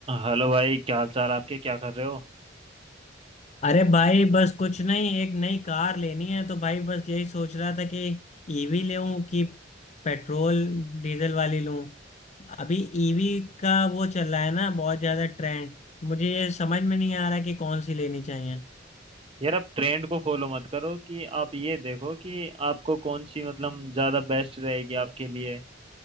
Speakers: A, on the right (about 30°); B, on the left (about 35°).
A: Hello भाई क्या हाल चाल आपके क्या कर रहे हो
B: अरे भाई बस कुछ नहीं एक नई कार लेनी है तो भाई बस यही सोच रहा था कि ईवी लूं कि पेट्रोल डीजल वाली लूं अभी ईवी का वो चल रहा है ना बहुत ज्यादा ट्रेंड मुझे ये समझ में नहीं आ रहा कि कौन सी लेनी चाहिए
A: यार आप ट्रेंड को फॉलो मत करो कि आप ये देखो कि आपको कौन सी मतलब ज्यादा बेस्ट रहेगी आपके लिए